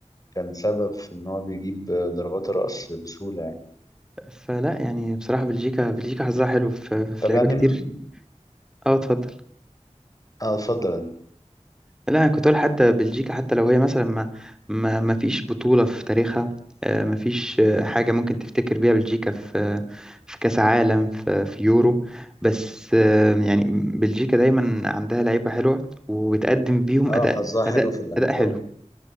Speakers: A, on the left; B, in the centre.
A: كان سبب في إن هو بيجيب ضربات الرأس بسهولة يعني
B: فلا يعني بصراحة بلجيكا بلجيكا حظها حلو في في
A: طب
B: لعيبة
A: يعني
B: كتير
A: م-
B: اه اتفضل
A: آه اتفضل أنت
B: لا أنا كنت أقول حتى بلجيكا حتى لو هي مثلا ما ما ما فيش بطولة في تاريخها آه، ما فيش آه، حاجة ممكن تفتكر بيها بلجيكا في آه، في كأس عالم في, في يورو بس آه، يعني بلجيكا دايما عندها لعيبة حلوة وبتقدم بيهم
A: آه
B: أداء
A: حظها حلو
B: أداء
A: في اللعيبة
B: أداء حلو